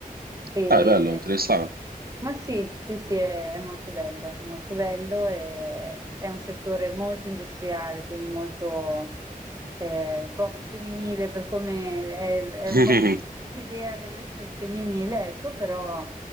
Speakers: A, on the right (about 25°); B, on the right (about 85°).
A: E,
B: Dai, bello, interessante.
A: ma sì, sì, sì, è, è molto bello, è molto bello e è un settore molto industriale, quindi molto eh, poco femminile per come è, è
B: <laughs>
A: un po' l'idea del, del femminile, ecco, però